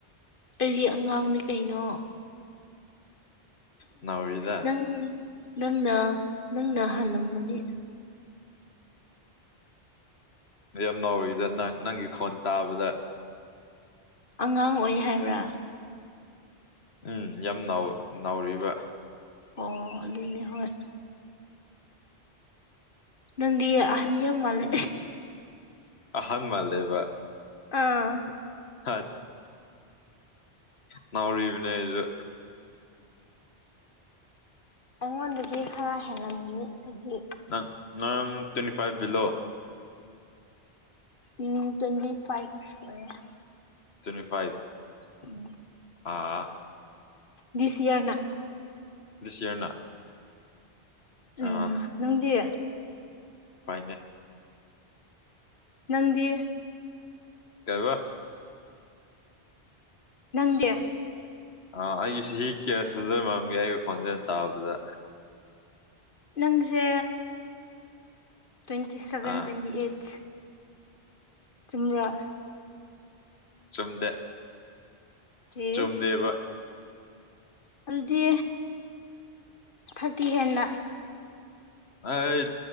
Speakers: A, on the left (about 50°); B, on the left (about 70°).
A: ꯑꯩꯗꯤ ꯑꯉꯥꯡꯅꯦ ꯀꯩꯅꯣ
B: ꯅꯥꯎꯔꯤꯗ
A: ꯅꯪ ꯅꯪꯅ ꯅꯪꯅ ꯍꯥꯜꯂꯝꯒꯅꯤ
B: ꯌꯥꯝ ꯅꯧꯔꯤꯗ ꯅꯪ ꯅꯪꯒꯤ ꯈꯣꯟ ꯇꯥꯕꯗ
A: ꯑꯉꯥꯡ ꯑꯣꯏ ꯍꯥꯏꯕ꯭ꯔꯥ
B: ꯎꯝ ꯌꯥꯝ ꯅꯥꯎꯔꯤꯕ
A: ꯑꯣ ꯑꯗꯨꯅꯦ ꯍ‌ꯣꯏ ꯅꯪꯗꯤ ꯑꯍꯟ ꯌꯥꯝꯃꯥꯜꯂꯦ
B: ꯑꯍꯟ ꯃꯥꯟꯂ‌‌ꯦ ꯕ
A: ꯑꯥ
B: ꯑ ꯅꯪꯔꯤꯕꯅꯦ ꯑꯩꯁꯨ
A: ꯑꯩꯉꯣꯟꯗꯗꯤ ꯈꯔ ꯍꯦꯜꯂꯝꯃꯤ ꯆꯍꯤ
B: ꯅꯪ ꯅꯪ twenty five below
A: um twenty ꯐꯥꯏꯚꯦ ꯑꯣꯏꯔ‌ꯦ
B: ꯇ꯭ꯋꯦꯟꯇꯤ ꯐꯥꯏꯚ
A: ꯎꯝ
B: ꯑꯥ
A: ꯗꯤꯁ ꯌꯔꯅ
B: ꯗꯤꯁ ꯌꯔꯅ
A: ꯎꯝ
B: ꯑꯥ
A: ꯅꯪꯗꯤ
B: ꯍꯣꯏꯅꯦ
A: ꯅꯪꯗꯤ
B: ꯀꯩ ꯕ
A: ꯅꯪꯗꯤ
B: ꯑ ꯑꯩꯒꯤ ꯆꯍꯤ ꯀꯌꯥ ꯁꯨꯗꯣꯏ ꯃꯥꯟꯒꯦ ꯑꯩꯒꯤ ꯈꯣꯟꯖꯦꯜ ꯇꯥꯕꯗ
A: ꯅꯪꯁꯦ ꯇ꯭ꯋꯦꯟꯇꯤ ꯁꯚꯦꯟ
B: ꯑꯥ
A: ꯇ꯭ꯋꯦꯟꯇꯤ ꯑꯩꯠ ꯆꯨꯝ꯭ꯕꯔꯥ
B: ꯆꯨꯝꯗꯦ
A: ꯏꯁ
B: ꯆꯨꯝꯗꯦꯕ
A: ꯑꯗꯨꯗꯤ ꯊꯥꯔꯇꯤ ꯍ‌ꯦꯟꯅ
B: ꯑꯩ